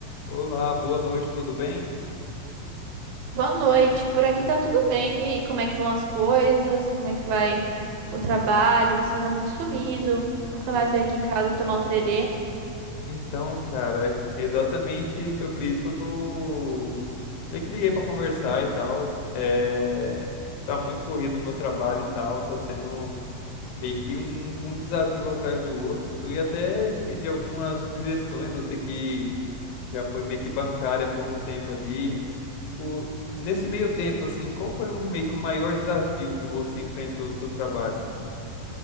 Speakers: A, on the left; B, on the right.
A: Olá, boa noite, tudo bem?
B: Boa noite. Por aqui tá tudo bem. E aí, como é que vão as coisas? Como é que vai o trabalho? Você anda muito sumido. Nunca
A: E-
B: mais veio aqui em casa tomar um tererê.
A: Então, cara, é exatamente sobre isso que eu tô meio que liguei pra conversar e tal. É, tipo, tá muito corrido o meu trabalho e tal, tá sendo meio que um, um desafio um atrás do outro. Eu ia até te pedir algumas sugestões, você que já foi meio que bancária por um tempo ali. Tipo, nesse meio tempo, assim, qual foi o- meio que o maior desafio que você enfrentou no seu trabalho?